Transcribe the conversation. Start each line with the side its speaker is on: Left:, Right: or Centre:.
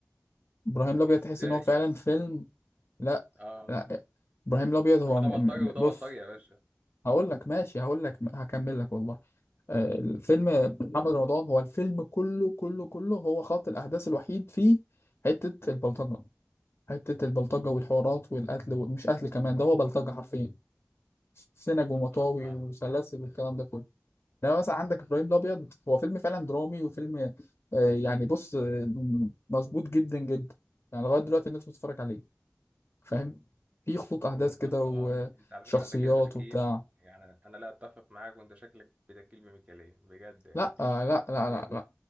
Left: ابراهيم
Right: ازاي
Left: الابيض تحس ان هو فعلا
Right: يا اسطى
Left: فيلم لا
Right: اه
Left: لا ابراهيم الابيض هو
Right: طب ما ده
Left: م... م...
Right: بلطجي
Left: م-
Right: وده
Left: بص
Right: بلطجي يا باشا
Left: هقول لك ماشي هقول لك هكمل لك والله آه، الفيلم محمد رمضان هو الفيلم كله كله كله هو خط الاحداث الوحيد فيه حتة البلطجة حتة البلطجة والحوارات والقتل ومش قتل كمان ده هو بلطجة حرفيا سنج ومطاوي
Right: اها
Left: وسلاسل والكلام ده كله لما مثلا عندك ابراهيم الابيض هو فيلم فعلا درامي وفيلم آه، يعني بص آه، مظبوط جدا جدا يعني لغايه دلوقتي الناس بتتفرج عليه فاهم في خطوط احداث كده
Right: يا اسطى انت أنت على
Left: وشخصيات
Right: فكره انت كده بتكيل
Left: وبتاع
Right: يعني انا أنا لا اتفق معاك وانت شكلك بتكيل بميكالين بجد يعني
Left: لا آه، لا لا
Right: يا
Left: لا لا